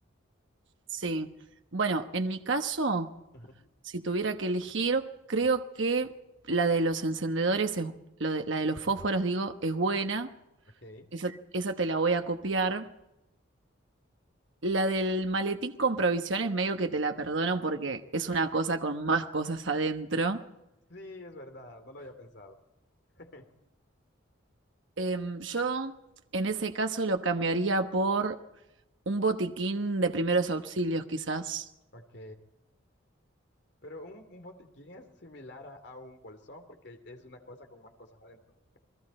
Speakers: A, on the right; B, on the left.
A: Sí. Bueno, en mi caso,
B: Ujú.
A: si tuviera que elegir, creo que la de los encendedores es, lo de- la de los fósforos, digo, es buena.
B: Ok, sí,
A: Esa, esa te la voy a copiar. La del maletín con provisiones, medio que te la perdono porque es una cosa con más cosas adentro.
B: es verdad, no lo había pensado. <laughs>
A: Em, yo en ese caso lo cambiaría por un botiquín de primeros auxilios, quizás.
B: Ok, pero un, un botiquín es similar a, a un bolsón porque es una cosa con más cosas adentro.